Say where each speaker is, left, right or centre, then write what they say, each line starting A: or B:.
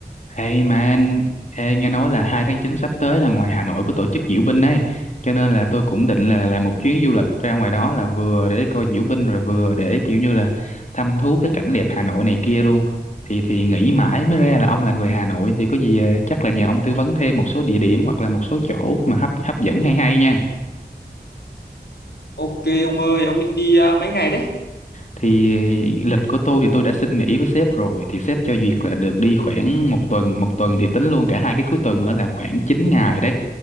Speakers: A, on the left (about 45°); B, on the left (about 80°).
A: Hey man, ê, nghe nói là 2 tháng 9 sắp tới là ngoài Hà Nội có tổ chức diễu binh ấy, cho nên là tôi cũng định là làm một chuyến du lịch ra ngoài đó là vừa để coi diễu binh rồi vừa để kiểu như là thăm thú cái cảnh đẹp Hà Nội này kia luôn. Thì thì nghĩ mãi mới ra là ông là người Hà Nội thì có gì ờ, chắc là nhờ ông tư vấn thêm một số địa điểm hoặc là một số chỗ mà hấp hấp dẫn hay hay nha.
B: Ok ông ơi, ông định đi à, mấy ngày đấy?
A: thì lịch của tôi thì tôi đã xin nghỉ với sếp rồi thì sếp cho duyệt là được đi khoảng một tuần một tuần thì tính luôn cả hai cái cuối tuần nữa là khoảng 9 ngày đấy